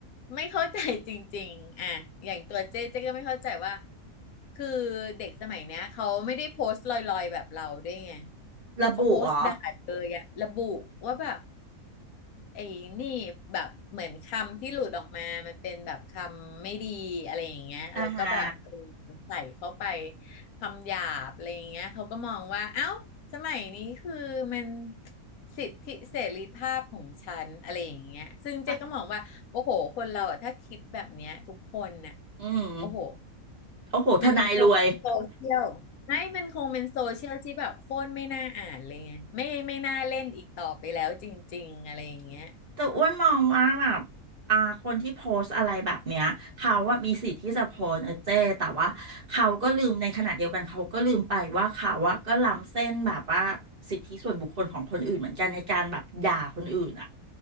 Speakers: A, on the left; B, on the right.
A: ไม่เข้าใจจริงๆอ่ะอย่างตัวเจ๊เจ๊ก็ไม่เข้าใจว่าคือเด็กสมัยเนี้ยเขาไม่ได้โพสต์ลอยๆแบบเราด้วยไง
B: ระบุเหรอ
A: เขาโพสต์ด่าเลยอะระบุว่าแบบ ไอ้นี่แบบเหมือนคำที่หลุดออกมา มันเป็นแบบคำไม่ดีอะไรอย่างเงี้ยแล้วก็แบบเออ
B: อ่าฮะ
A: ใส่เข้าไปคำหยาบอะไรอย่างเงี้ยเขาก็มองว่าเอ้าสมัยนี้คือมันสิทธิเสรีภาพของฉันอะไรอย่างเงี้ยซึ่งเจ๊ก็มองว่าโอ้โหคนเราอะถ้าคิดแบบเนี้ยทุกคนน่ะ
B: แต่อืม
A: โอ้โห
B: โอ้โหทนายรวย
A: มันคงเป็นโซเชียลไม่มันคงเป็นโซเชียลที่แบบโคตรไม่น่าอ่านเลยไงไม่ไม่น่าเล่นอีกต่อไปแล้วจริงๆอะไรอย่างเงี้ย
B: แต่อ้วนมองว่าแบบอ่าคนที่โพสต์อะไรแบบเนี้ยเขาว่ามีสิทธิ์ที่จะโพสต์นะเจ้แต่ว่าเขาก็ลืมในขณะเดียวกันเขาก็ลืมไปว่าเขาอะก็ล้ำเส้นแบบว่าสิทธิส่วนบุคคลของคนอื่นเหมือนกันในการแบบด่าคนอื่นอ่ะ